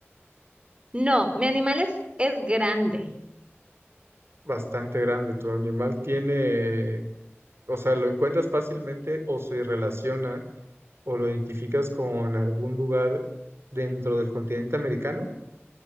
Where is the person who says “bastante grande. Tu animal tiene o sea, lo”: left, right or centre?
Right